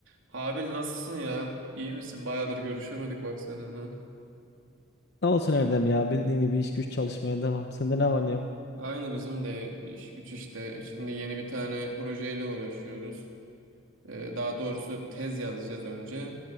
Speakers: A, on the right; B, on the left.
A: Habil nasılsın ya? İyi misin? Bayağıdır görüşemedik bak seninle.
B: Ne olsun Erdem ya bildiğin gibi iş güç çalışmaya devam. Sende ne var ne yok?
A: Aynı bizim de iş güç işte. Şimdi yeni bir tane projeyle uğraşıyoruz. Ee, daha doğrusu tez yazacağız önce.